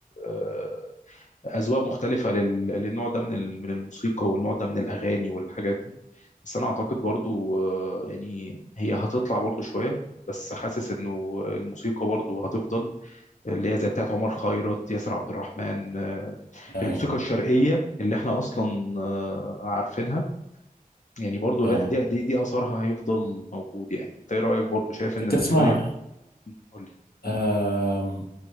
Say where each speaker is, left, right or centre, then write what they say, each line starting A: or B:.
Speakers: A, on the left; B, on the left.
A: آه، أذواق مختلفة لل- للنوع ده من ال- من الموسيقى والنوع ده من الأغاني والحاجات دي بس انا اعتقد برضو آه، يعني هي هتطلع برضو شويه بس حاسس انه الموسيقى برضو هتفضل اللي هي زي بتاعت عمر خيرت ياسر عبد الرحمن آه،
B: ايوه
A: الموسيقى الشرقيه اللي احنا اصلا آه، عارفينها يعني برضو
B: اه
A: لا دي دي, دي اثرها هيفضل موجود يعني انت ايه رايك برضو شايف
B: انت
A: ان
B: بتسمع
A: الموسيقى دي هت- قول لي
B: آم،